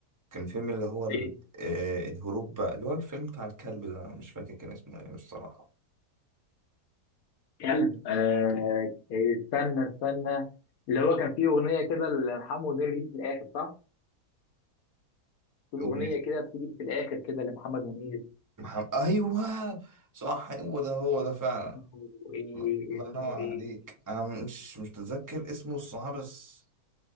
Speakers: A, on the right (about 25°); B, on the left (about 70°).
A: كان فيلم اللي هو ال-
B: إيه؟
A: آه، الهروب بقى اللي هو الفيلم بتاع الكلب ده مش فاكر كان اسمه إيه الصراحة
B: كلب آه استنى استنى اللي هو كان فيه اغنيه كده لمحمد منير دي في الاخر صح؟ في الاغنيه
A: أغنية
B: كده بتيجي في الاخر كده لمحمد منير
A: محمد أيوه صح هو ده هو ده فعلا
B: اسمه ايه
A: الله ينور
B: اسمه ايه
A: عليك أنا مش مش متذكر اسمه الصراحة بس